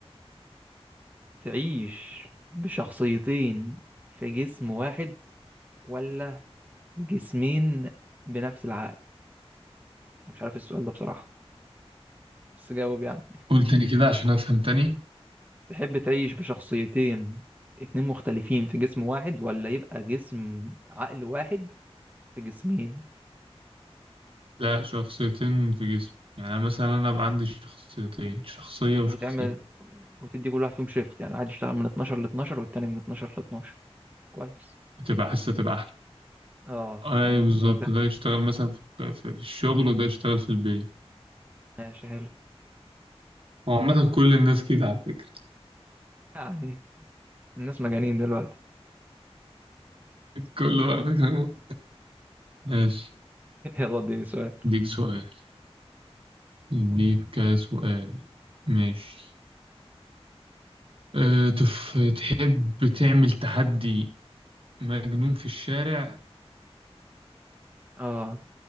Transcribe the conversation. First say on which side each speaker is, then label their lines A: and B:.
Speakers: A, on the right (about 15°); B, on the right (about 55°).
A: تعيش بشخصيتين في جسم واحد ولا جسمين بنفس العقل أنا مش عارف السؤال ده بصراحة بس جاوب يعني
B: قول تاني كده عشان أفهم تاني
A: تحب تعيش بشخصيتين اتنين مختلفين في جسم واحد ولا يبقى جسم عقل واحد في جسمين
B: لا شخصيتين في جسمي يعني مثلا أنا أبقى عندي شخصيتين شخصية
A: وتعمل
B: وشخصية
A: وتدي كل واحد فيهم شيفت يعني واحد يشتغل من 12 ل 12 والتاني من 12 ل 12 كويس
B: بتبقى حاسة تبقى أحلى
A: اه
B: أي
A: يعني ممتاز
B: بالظبط ده يشتغل مثلا في في- في الشغل وده يشتغل في البيت
A: ماشي حلو
B: هو عامة كل الناس كده على فكرة <laughs>
A: يعني الناس مجانين دلوقتي
B: كله على فكرة ماشي
A: <laughs> يلا اديني سؤال
B: ديك سؤال ليك سؤال ماشي أه تف... تحب تعمل تحدي مجنون في الشارع
A: اه